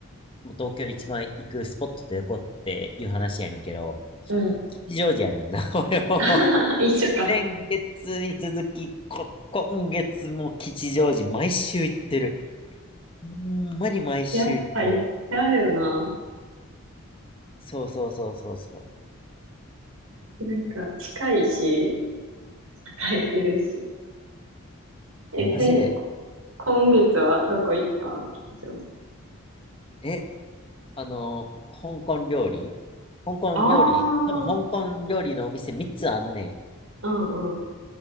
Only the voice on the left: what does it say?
もう東京で一番行くスポットってどこっていう話やねんけど、
吉祥寺やねんな。<laughs> 俺も
先月に続き、こ、今月も吉祥寺毎週行ってる。ほんまに毎週行ってる。
そうそうそうそうそう。
いや、マジで。
え、あの、香港料理香港料理、
多分香港料理のお店3つあんねん。